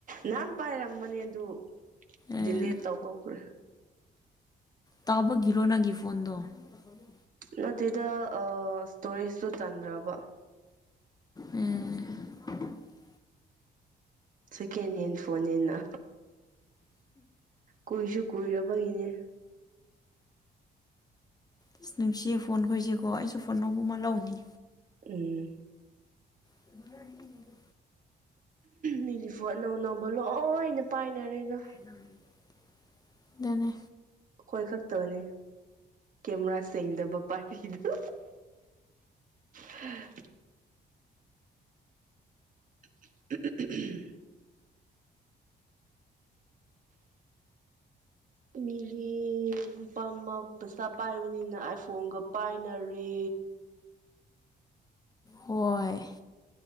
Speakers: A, on the right; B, on the left.
A: ꯅꯍꯥꯟ ꯄꯥꯏꯔꯝꯕꯅꯦ ꯑꯗꯨ
B: ꯑꯦ
A: ꯗꯤꯂꯦ ꯇꯧꯍꯧꯈ꯭ꯔꯦ
B: ꯇꯥꯕꯒꯤꯔꯣ ꯅꯒꯤ ꯐꯣꯟꯗꯣ ꯊꯃꯨ
A: ꯅꯠꯇꯦꯗ ꯑ ꯏꯁꯇꯣꯔꯤꯁꯁꯨ ꯆꯟꯗ꯭ꯔꯕ
B: ꯎꯝ <unintelligible>
A: ꯁꯦꯀꯦꯟ ꯍꯦꯟ ꯐꯣꯟꯅꯦꯅ ꯀꯨꯏꯁꯨ ꯀꯨꯏꯔꯕꯒꯤꯅꯦ
B: ꯑꯁ ꯅꯨꯡꯁꯤꯌꯦ ꯐꯣꯟ ꯈꯣꯏꯁꯦꯀꯣ ꯑꯩꯁꯨ ꯐꯣꯟ ꯑꯧꯕ ꯑꯃ ꯂꯧꯅꯤꯡꯉꯤ
A: ꯎꯝ
B: ꯎ
A: ꯂꯤꯅꯤ ꯐꯨ ꯑꯅꯧ ꯑꯅꯧꯕ ꯂꯣꯏꯅ ꯄꯥꯏꯅꯔꯦ ꯑꯗꯣ
B: ꯑ ꯑꯗꯨꯅꯦ
A: ꯑꯩꯈꯣꯏ ꯈꯛꯇꯕꯅꯤ ꯀꯦꯃꯦꯔꯥ ꯁꯦꯡꯗꯕ ꯄꯥꯏꯔꯤꯗꯣ ꯎꯝ <unintelligible> ꯃꯤꯂꯤ ꯂꯨꯄꯥ ꯑꯃ ꯄꯩꯆꯥꯥ ꯄꯥꯏꯕꯅꯤꯅ ꯑꯥꯏꯐꯣꯟꯒ ꯄꯥꯏꯅꯔꯦ
B: ꯍꯣꯏ